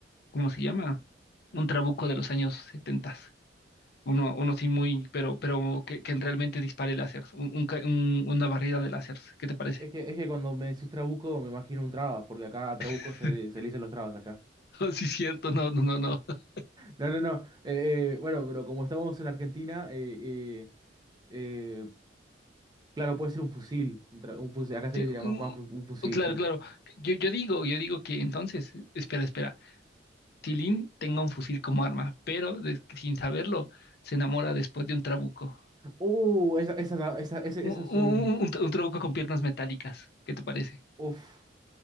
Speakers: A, on the left; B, on the right.
A: ¿cómo se llama? Un trabuco de los años setentas. Uno, uno sí muy, pero, pero que, que realmente dispare láseres, un- un ca- un- una barrida de láseres, ¿qué te parece?
B: Es que, es que cuando me decís Trabuco me imagino un trabas, porque acá a Trabuco
A: <laughs>
B: se le, se le dicen los trabas acá.
A: Sí, cierto, no, no, no, no. <laughs>
B: No, no, no. eh, eh, bueno, pero como estamos en Argentina, eh, eh, eh, claro, puede ser un fusil. Un, tra- un fusil. Acá se
A: Sí,
B: le diría
A: mm,
B: más, más fu- un fusil,
A: claro,
B: sí.
A: claro. Yo, yo digo, yo digo que entonces, espera, espera. Si Lin tenga un fusil como arma, pero des- sin saberlo, se enamora después de un trabuco.
B: Uh, esa, esa, esa- ese-
A: Un,
B: eso
A: un-
B: es un.
A: un- un trabuco con piernas metálicas, ¿qué te parece?
B: Uf.